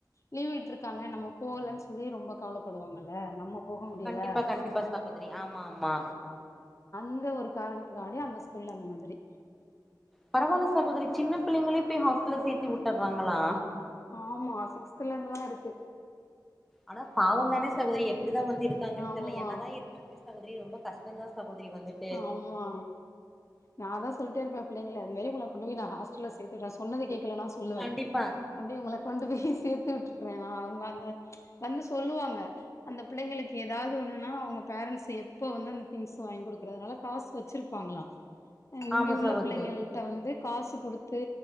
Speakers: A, on the left; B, in the centre.
A: லீவ் விட்டுருக்காங்க நம்ம போலன்னு சொல்லி ரொம்ப கவல படுவாங்கல்ல நம்ம போக முடியல
B: கண்டிப்பா கண்டிப்பா சகோதிரி ஆமா ஆமா
A: இந்த ஒரு காரணத்துக்காவண்டி அந்த ஸ்கூல்ல அந்த மாரி
B: பரவால சகோதரி சின்ன பிள்ளைங்கள போய் ஹாஸ்டல்ல சேத்தி விட்டுறாங்களா
A: ஆமா சிக்ஸ்த்ல இருந்தெல்லா இருக்கு
B: ஆனா பாவம் தானே சகோதரி எப்டிதா வந்து இருக்காங்கன்னு
A: ஆமா
B: தெர்ல என்னதா இருந்தாலுமே சகோதரி ரொம்ப கஷ்டந்தா சகோதரி வந்துட்டு
A: ஆமா நா தா சொல் லிட்டே இருப்பே பிள்ளைங்கள இது மாரி உங்கள கொண்டு போய் நா ஹாஸ்டல்ல சேத்துடுறே சொன்னத கே க்கலேனா நா சொல்லுவே
B: கண்டிப்பா
A: அப்டியே உங்கள கொண்டு போய் சேத்து வீட்ல விட்டுற்றே அவுங்க ‌அந்த வந்து சொல்லுவாங்க அந்த பிள்ளைங்களுக்கு ஏதாவது ஒண்ணுன்னா அவுங்க பேரண் பேரன்ஸ் எப்ப வந்து அந்த தி்ங்ஸ் வாங்கி் குடு குரதுனால காஸ் வச்சுருப்பாங்களா அ இங்க
B: ஆமா
A: உள்ள
B: சகோதரி
A: பிள்ளைங்கள்ட்ட வந்து காசு குடு த்து